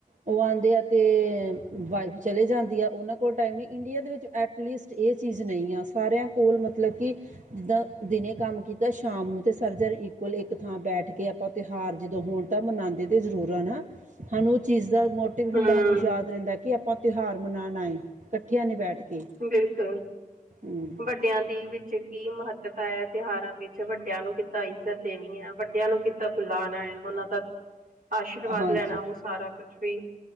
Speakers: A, on the right; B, on the right.
A: ਓ ਆਦੇ ਆ ਤੇ ਵਾਈਫ ਚਲੇ ਜਾਂਦੀ ਆ ਔਨਾਂ ਕੋਲ ਟਾਈਮ ਨੀਂ। ਇੰਡੀਆ ਦੇ ਵਿੱਚ ਐਟਲੀਸਟ ਏਹ ਚੀਜ਼ ਨਈਂ ਆ, ਸਾਰੇਆਂ ਕੋਲ ਮਤਲਬ ਕਿ ਜਿੱਦਾਂ ਦਿਨੇ ਕੰਮ ਕੀਤਾ ਸ਼ਾਮ ਨੂੰ ਤੇ ਸਰਜਰ ਇਕੁਅਲ ਏਕ ਥਾਂ ਬੈਠ ਕੇ ਆਪਾਂ ਤਿਉਹਾਰ ਜਦੋਂ ਹੋਣ ਤਾਂ ਮਨਾਂਦੇ ਤੇ ਜ਼ਰੂਰ ਆ ਨਾਂ। ਸਾਨੂੰ ਓ ਚੀਜ਼ ਦਾ ਮੋਟਿਵ
B: ਹੂੰ-ਹੂੰ
A: ਹੁੰਦਾ ਸਾਨੂੰ ਯਾਦ ਰਹਿੰਦਾ ਕਿ ਆਪਾਂ ਤਿਉਹਾਰ ਮਨਾਣ ਆਏ ਕੱਠਿਆਂ ਨੇਂ ਬੈਠ ਕੇ
B: ਬਿਲਕੁਲ।
A: ਹਮ
B: ਵੱਡਿਆਂ ਦੀ ਵਿੱਚ ਕੀ ਮਹੱਤਤਾ ਏ, ਤਿਉਹਾਰਾਂ ਵਿੱਚ ਵੱਡਿਆਂ ਨੂੰ ਕਿੱਦਾਂ ਇੱਜਤ ਦੇਣੀ ਆ, ਵੱਡਿਆਂ ਨੂੰ ਕਿੱਦਾਂ ਬੁਲਾਣਾ ਐ। ਓਨਾਂ ਦਾ ਆਸ਼ੀਰਵਾਦ
A: ਹਾਂਜੀ
B: ਲੈਣਾ ਓ ਸਾਰਾ ਕੁਛ ਵੀ।